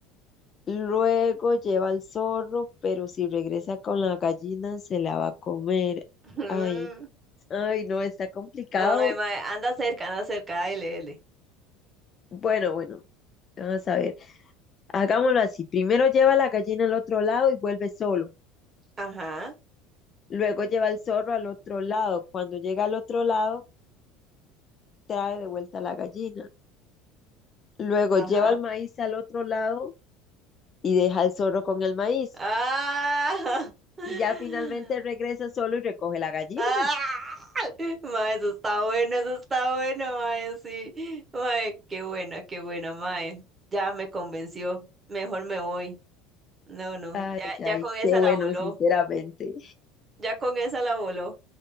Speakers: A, on the left; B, on the right.
A: Luego lleva al zorro, pero si regresa con la gallina se la va a comer.
B: Ujú.
A: Ay, ay, no, está complicado.
B: Ay, mae, anda cerca, anda cerca. Ay, lele.
A: Bueno, bueno. Vamos a ver, hagámoslo así. Primero lleva la gallina al otro lado y vuelve solo.
B: Ajá,
A: Luego lleva el zorro al otro lado. Cuando llega al otro lado, trae de vuelta la gallina. Luego
B: ajá.
A: lleva el maíz al otro lado y deja al zorro con el maíz.
B: ¡Ah! <laughs>
A: Y ya finalmente regresa solo y recoge la gallina.
B: ¡Ah! Mae, eso está bueno, eso está bueno, mae, sí. Mae, qué buena, qué buena, mae. Ya me convenció. Mejor me voy. No, no,
A: Ay,
B: ya,
A: ay,
B: ya con esa
A: qué bueno,
B: la voló,
A: sinceramente.
B: ya con esa la voló.